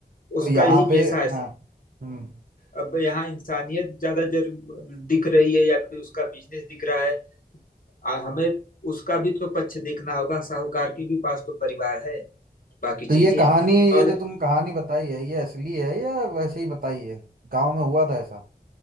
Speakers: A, on the right; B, on the left.
A: तो
B: उसका
A: यहाँ
B: यही
A: पे
B: पेशा है
A: हाँ हम्म
B: अब यहाँ इंसानियत ज्यादा जरूर दिख रही है या फिर उसका बिजनेस दिख रहा है आ, हमें उसका भी तो पक्ष देखना होगा साहूकार के भी पास तो परिवार है बाकी
A: तो ये
B: चीजें
A: कहानी ये
B: और
A: जो तुम कहानी बताई है ये असली है या वैसे ही बताई है गांव में हुआ था ऐसा